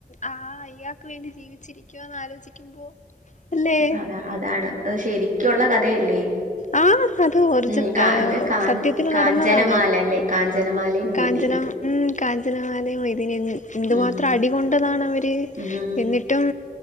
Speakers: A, on the left; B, on the right.
A: ആ അയ്യാക്ക് വേണ്ടി ജീവിച്ചി രിക്കുവാന്ന് ആലോചിക്കുമ്പോ അല്ലേ?
B: അതാ അതാണ് അത് ശെരിക്കുള്ള കഥയല്ലേ?
A: ആഹ് അത് ഒറിജിൻ
B: ഉം കാ
A: ഏഹ്
B: എന്ത് കാ
A: സത്യത്തിൽ
B: കാഞ്ചനമാല
A: നടന്നതാണ്
B: അല്ലേ കാഞ്ചനമാലയും മൊയ്തീനും
A: കാഞ്ചന ഉം കാഞ്ചനമാലയും മൊയ്തീനും എ എന്തുമാത്രം
B: ഉം
A: അടി കൊണ്ടതാണവര്
B: ഉം
A: എന്നിട്ടും